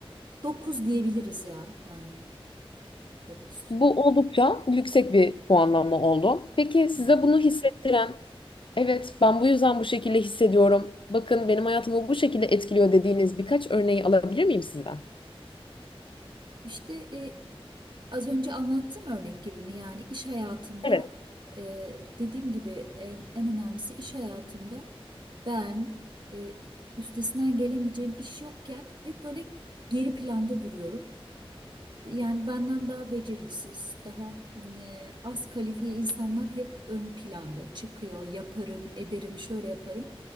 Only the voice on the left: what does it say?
bu oldukça yüksek bir puanlama oldu. Peki size
bunu hissettiren, evet ben bu yüzden bu şekilde hissediyorum, bakın benim hayatımı bu şekilde etkiliyor dediğiniz birkaç örneği alabilir miyim sizden?
Evet.